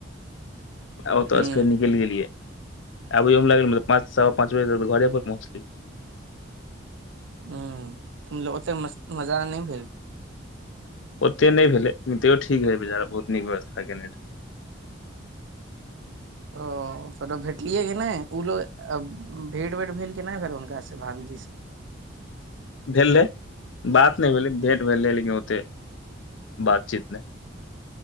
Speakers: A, on the left; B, on the right.
A: <inaudible> आ ओतऽसँ
B: हूँ
A: फेर निकैल गेलियै <inaudible> आबैयमे लागल पँच सवा पाँच बजे तक घरे पर पहुँचली
B: ह ओतेस मजा नहि भेल
A: ओते नै भेलेैे ठीक रहे बेचारा बहुत नीक व्यवस्था केने रहे <unintelligible>
B: ओ तऽ भेटलियै की नै ओ लोग भेट वेट भेल की नै फेर हुनका से भाभी ज <unintelligible>
A: भेलै बात नै भेलै भेट भेल रहै लेकिन ओते <inaudible> बातचीत नै